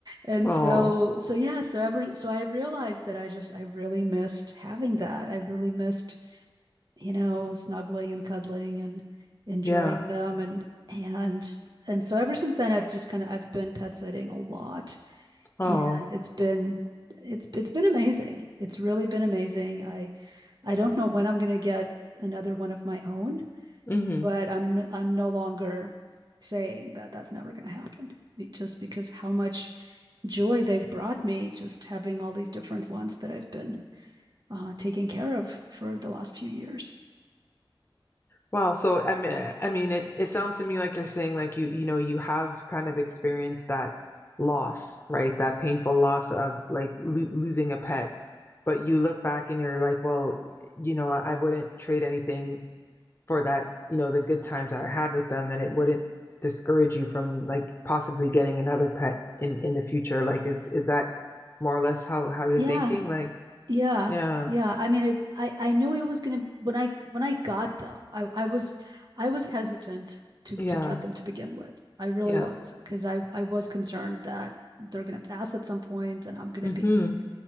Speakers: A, on the right; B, on the left.
A: And
B: Oh,
A: so so yeah, so ever so I realized that I just I really missed having that. I really missed you know snuggling and cuddling and enjoying
B: yeah.
A: them and and and so ever since then I've just kind of I've been pet sitting a lot
B: Oh.
A: and it's been it's it's been amazing. It's really been amazing. I I don't know when I'm going to get another one of my own
B: Mhm.
A: but I'm i I'm no longer saying that that's never going to happen just because how much joy they've brought me just having all these different ones that I've been uh, taking care of for the last few years.
B: Wow. So I mean, I mean, it it sounds to me like you're saying like you you know you have kind of experienced that loss, right? That painful loss of like lo losing a pet, but you look back and you're like, well, you know, I, I wouldn't trade anything for that, you know, the good times that I had with them, and it wouldn't discourage you from like possibly getting another pet in in the future. Like, is is that more or less how how you're
A: Yeah.
B: thinking? Like,
A: Yeah.
B: yeah,
A: Yeah. I mean, it, I, I knew it was gonna when I when I got them, I, I was I was hesitant to to
B: yeah,
A: get them to begin with. I really
B: yeah.
A: was because I, I was concerned that they're gonna pass at some point and I'm gonna
B: Mm-hmm.
A: be,